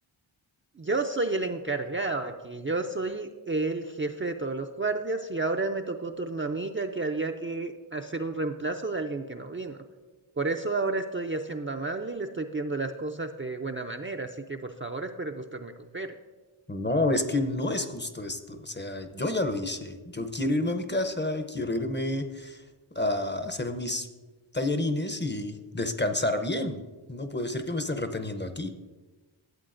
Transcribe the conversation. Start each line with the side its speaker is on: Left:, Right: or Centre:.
Right: Yo soy el encargado aquí, yo soy el jefe de todos los guardias y ahora me tocó turno a mí ya que había que hacer un reemplazo de alguien que no vino. Por eso ahora estoy haciendo amable y le estoy pidiendo las cosas de buena manera, así que por favor espero que usted me coopere.
Left: No, es que no es justo esto. O sea, yo ya lo hice. Yo quiero irme a mi casa, quiero irme a hacer mis tallarines y descansar bien. No puede ser que me estén reteniendo aquí.